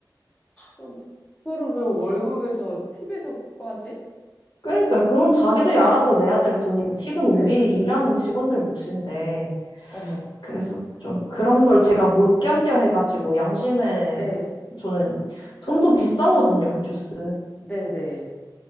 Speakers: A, on the left; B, on the left.
A: 어, 그거를 왜 월급에서, 팁에서까지?
B: 그러니까 그건 자기들이 알아서 내야 될 돈이고 팁은 우리
A: 네,
B: 일하는 직원들 몫인데
A: 어머.
B: 그래서 좀 그런 걸 제가 못 견뎌 해가지고 양심에
A: 네,
B: 저는 돈도 비싸거든요 그 주스
A: 네, 네.